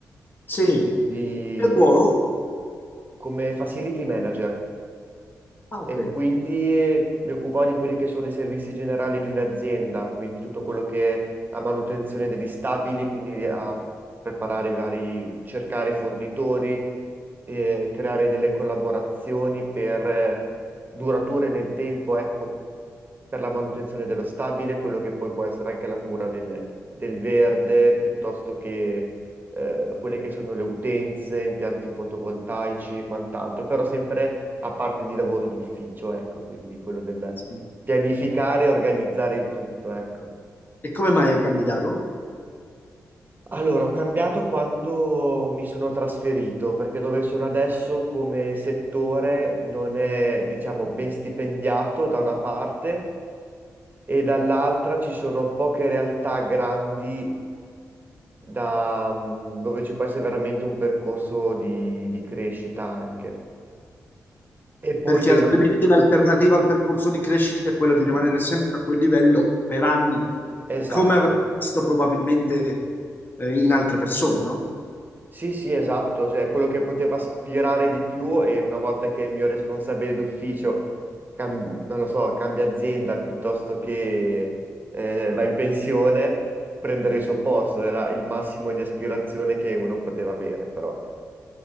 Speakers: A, on the left; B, on the right.
A: sì,
B: quindi
A: per ruolo?
B: come facility manager.
A: Ah, ok.
B: e quindi eh, mi occupavo di quelli che sono i servizi generali di un'azienda, quindi tutto quello che è la manutenzione degli stabili, quindi a preparare i vari, cercare fornitori, eh, creare delle collaborazioni per eh, durature nel tempo, ecco, per la manutenzione dello stabile, quello che poi può essere anche la cura del, del verde, piuttosto che eh, quelle che sono le utenze, impianti fotovoltaici e quant'altro, però sempre a parte di lavoro d'ufficio, ecco, quindi quello del
A: Sì.
B: pianificare e organizzare il tutto, ecco.
A: E come mai hai cambiato?
B: Allora, ho cambiato quando mi sono trasferito, perché dove sono adesso come settore non è, diciamo, ben stipendiato da una parte e dall'altra ci sono poche realtà grandi da, mm, dove ci può essere veramente un percorso di, di crescita anche. E poi
A: perché
B: devo
A: altrimenti
B: dire...
A: l'alternativa al percorso di crescita è quella di rimanere
B: <clears throat>
A: sempre a quel livello per anni,
B: Esatto.
A: come avrai visto probabilmente eh, in altre persone, no?
B: Sì, sì, esatto. Cioè, quello che poteva aspirare di più e una volta che il mio responsabile d'ufficio, cam- non lo so, cambia azienda piuttosto che eh, va in pensione, prendere il suo posto era il massimo di aspirazione che uno poteva avere, però